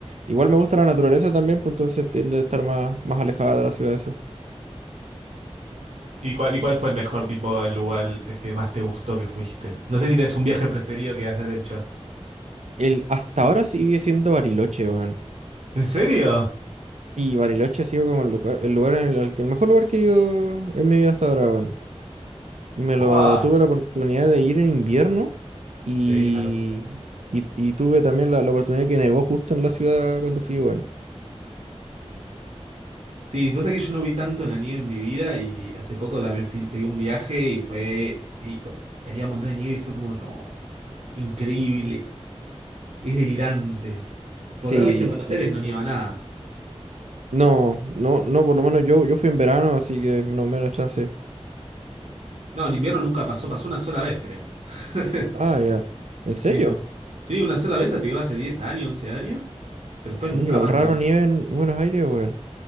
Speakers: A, on the right; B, on the right.
A: igual me gusta la naturaleza también, pues entonces tiendo a estar más, más alejada de la ciudad, eso.
B: ¿Y cuál, y cuál fue el mejor tipo, el lugar eh, que más te gustó que fuiste? No sé si tenés un viaje preferido que hayas hecho.
A: El, hasta ahora sigue siendo Bariloche, weón.
B: ¿En serio?
A: Y Bariloche ha sido como el lugar, el lugar en el, al que- el mejor lugar que he ido en mi vida hasta ahora, weón. Me lo
B: ¡Wow!
A: tuve la oportunidad de ir en invierno y,
B: Sí, una locura.
A: y, y tuve también la, la oportunidad que nevó justo en la ciudad cuando fui, weón.
B: Sí, vos sabés que yo no vi tanto la nieve en mi vida y hace poco también fui- pegué un viaje y fue y, co- y había un montón de nieve y fue como, no, increíble, es delirante. Porque
A: Sí,
B: acá, viste, en Buenos
A: eh,
B: Aires no nieva nada.
A: no, no, no, por lo menos yo, yo fui en verano, así que no menos chance.
B: No, en invierno nunca pasó, pasó una sola vez, creo. <laughs>
A: Ah, ya. ¿En serio?
B: Sí, no. Sí, una sola vez, te digo, hace 10 años, 11 años, pero después
A: Oye,
B: nunca
A: igual
B: más
A: raro
B: nevó.
A: nieve en Buenos Aires, weón.